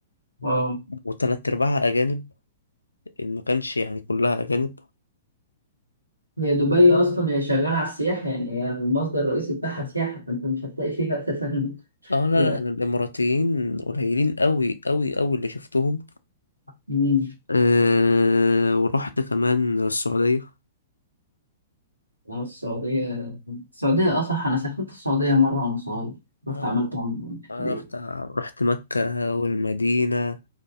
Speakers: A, on the right; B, on the left.
A: واو
B: وتلات أرباعها أجانب إن ما كانش يعني كلها أجانب
A: هي دبي أصلا هي شغالة على السياحة يعني هي المصدر الرئيسي بتاعها سياحة فأنت مش هتلاقي فيها أساسا <laughs>
B: اه لا
A: غير
B: لا أنا الإماراتيين قليلين أوي أوي أوي اللي شفتهم
A: أكل.
B: أه ورحت كمان السعودية
A: اه السعودية السعودية أصح أنا سافرت السعودية مرة وأنا صغير رحت
B: اه
A: عملت عمرة في ابتدائي
B: أنا رحت رحت مكة والمدينة